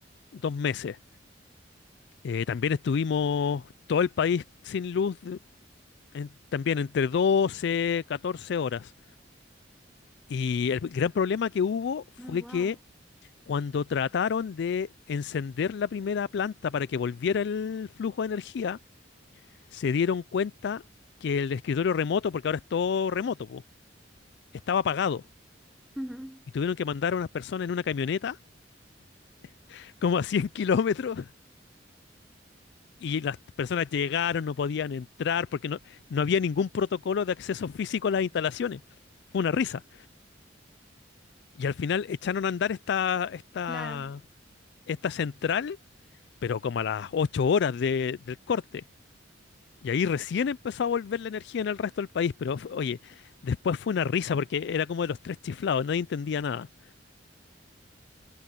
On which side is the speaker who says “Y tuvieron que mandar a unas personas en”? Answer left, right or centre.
Left